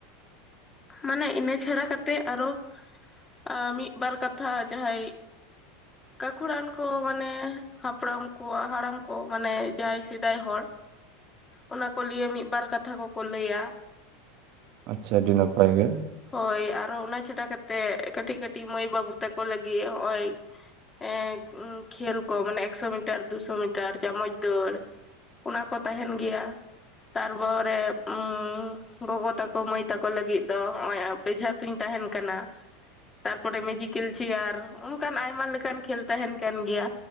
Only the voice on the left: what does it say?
ᱢᱟᱱᱮ ᱤᱱᱟᱹ ᱪᱷᱟᱲᱟ ᱠᱟᱛᱮᱜ ᱟᱨᱚ, ᱮ ᱢᱤᱫ ᱵᱟᱨ ᱠᱟᱛᱷᱟ ᱡᱟᱦᱟᱸᱭ
ᱜᱟᱹᱠᱷᱩᱲᱟᱱ ᱠᱚ ᱢᱟᱱᱮ ᱦᱟᱯᱲᱟᱢ ᱠᱚᱣᱟᱜ ᱦᱟᱲᱟᱢ ᱠᱚ ᱢᱟᱱᱮ ᱡᱟᱦᱟᱸᱭ ᱥᱮᱫᱟᱭ ᱦᱚᱲ᱾
ᱚᱱᱟ ᱠᱚ ᱞᱤᱭᱮ ᱢᱤᱫ ᱵᱟᱨ ᱠᱟᱛᱷᱟ ᱠᱚᱠᱚ ᱞᱟᱹᱭᱟ᱾
ᱦᱳᱭ ᱟᱨᱚ ᱚᱱᱟ ᱪᱷᱟᱰᱟ ᱠᱟᱛᱮᱜ ᱠᱟᱹᱴᱤᱡ ᱠᱟᱹᱴᱤᱡ ᱢᱟᱹᱭ ᱵᱟᱹᱵᱩ ᱛᱟᱠᱚ ᱞᱟᱹᱜᱤᱫ ᱦᱚᱜ-ᱚᱭ ᱮᱸ ᱠᱷᱮᱞ ᱠᱚ ᱢᱟᱱᱮ ᱮᱠᱥᱚ ᱢᱤᱴᱟᱨ ᱫᱩᱥᱚ ᱢᱤᱴᱟᱨ ᱪᱟᱢᱚᱪ ᱫᱟᱹᱲ ᱚᱱᱟ ᱠᱚ ᱛᱟᱦᱮᱱ ᱜᱮᱭᱟ᱾ ᱛᱟᱨᱯᱚᱨᱮ ᱚᱸ ᱜᱚᱜᱚ ᱛᱟᱠᱚ ᱢᱟᱹᱭ ᱛᱟᱠᱚ ᱞᱟᱹᱜᱤᱫ ᱫᱚ ᱱᱚᱜ-ᱚᱭ ᱵᱮᱡᱷᱟ ᱛᱩᱧ ᱛᱟᱦᱮᱱ ᱠᱟᱱᱟ᱾ ᱛᱟᱨᱯᱚᱨᱮ ᱢᱮᱡᱤᱠ ᱠᱤᱞᱪᱤᱭᱟᱨ ᱚᱱᱠᱟᱱ ᱟᱭᱢᱟ ᱞᱮᱠᱟᱱ ᱠᱷᱮᱞ ᱛᱟᱦᱮᱱ ᱠᱟᱱ ᱜᱮᱭᱟ᱾